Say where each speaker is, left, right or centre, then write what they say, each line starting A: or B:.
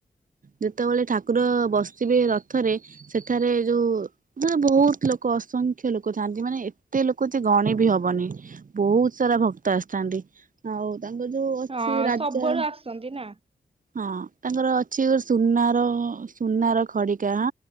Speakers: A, on the right (about 55°); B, on the right (about 35°).
A: ଯେତେବେଳେ ଠାକୁର-ଅ ବସି ଥିବେ ରଥରେ ସେଠାରେ ଯୋଉ-ଉ-ଉ ଠାରେ ବହୁତ ଲୋକ ଅସଂଖ୍ୟ ଲୋକ ଥାଆନ୍ତି ମାନେ ଏତେ ଲୋକ ଯେ ଗଣି ବି ହବନି ବହୁତ ସାରା ଭକ୍ତ ଆସିଥାନ୍ତି, ଆଉ ତାଙ୍କ ଯୋଉ ଅଛି
B: ହଁ
A: ରାଜା
B: ସବୁଆଡୁ ଆସନ୍ତି ନା
A: ହଁ ତାଙ୍କର ଅଛି <unintelligible> ସୁନା-ଆ-ଆର ସୁନାର ଖଡିକା-ଆ